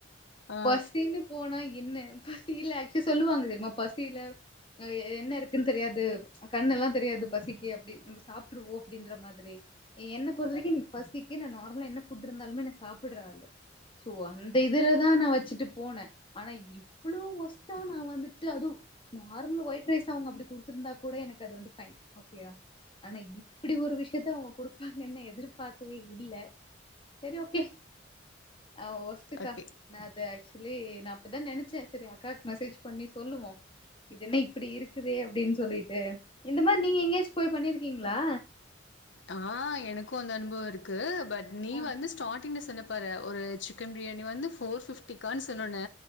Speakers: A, on the left; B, on the left.
A: ஆ
B: பசின்னு போனா என்ன பசியில ஆக்சுவலி சொல்லுவாங்க தெரியுமா பசியில என்ன இருக்குன்னு தெரியாது கண்ண எல்லாம் தெரியாது பசிக்கு அப்டி நம்ம சாப்பட்டுருவோம் அப்டின்ற மாரி என்ன போறுத்தவரைக்கும் பசிக்கு நார்மலா என் இப்புட்ரு இருந்தாலுமே ந சாப்படுறா சோ அந்த இதுலதான் நான வச்சுட்டு போனேன் ஆனா இவ்வளோ ஒஸ்ட்டா நான வந்துட்டு அதுவும் நார்மல ஒயிட் ரைஸ் அவங்க அப்டி கொடுத்துருந்தா கூட எனக்கு அது வந்து பைன் ஓகோ ஆனா இப்டி ஒரு விஷயத்த அவங்க கொடுப்பாங்கன்னு எதிர்பார்க்கவே இல்ல செரி ஓகே ஆ வஸ்துக்கா
A: ஓகே
B: நானத இல்ல நான அப்பதான் நினைச்சேன் செரி அக்காவுக்கு மெசேஜ் பண்ணி சொல்லுவோம் இது என்ன இப்டி இருக்குது அப்டின்னு சொல்லிட்டு இந்த மாரி நீங்க எங்கேயாச்சும் போய் பண்ணிருக்கீங்களா
A: ஆ எனக்கும் அந்த அனுபவம் இருக்கு பட் நீ
B: ஆ
A: வந்துஸ்டார்டிங் சொன்ன பாரு ஒரு சிக்கன் பிரியாணி வந்து போர் பிப்டிக்கான்னு சொன்னுன